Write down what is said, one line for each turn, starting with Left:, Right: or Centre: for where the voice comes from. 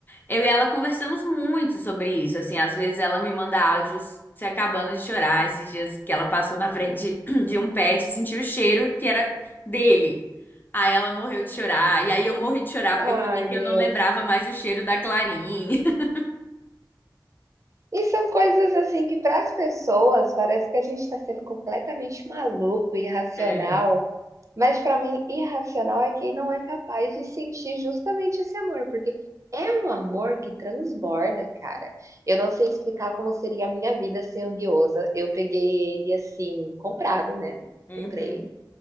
Left: Eu e ela conversamos muito sobre isso, assim, às vezes ela me manda áudios se acabando de chorar, esses dias que ela passou na frente <clears throat> de um pet e sentiu o cheiro que era dele. Aí ela morreu de chorar, e aí eu morri de chorar
Right: Ai,
Left: porque eu falei que
Right: Deus.
Left: eu não lembrava mais o cheiro da Clarinha. <laughs>
Right: E são coisas assim que para as pessoas parece que a gente está sendo completamente maluco, irracional,
Left: É.
Right: mas para mim irracional é quem não é capaz de sentir justamente esse amor, porque é um amor que transborda, cara. Eu não sei explicar como seria a minha vida sem o Guiosa. Eu peguei ele assim, comprado, né?
Left: Uhum.
Right: Comprei.